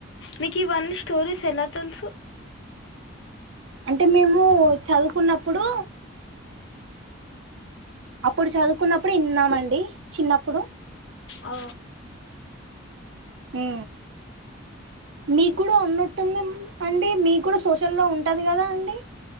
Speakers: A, on the left (about 60°); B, on the right (about 70°).
A: మీకు ఈ వన్ స్టోరీస్ ఎలా తెలుసు
B: అంటే మేము చదువుకున్నప్పుడు అప్పుడు చదువుకున్నప్పుడు విన్నామండి చిన్నప్పుడు
A: ఆ
B: ఆ మీ కూడా ఉన్నట్టు అండి మీ కూడా సోషల్లో ఉంటది కదా అండి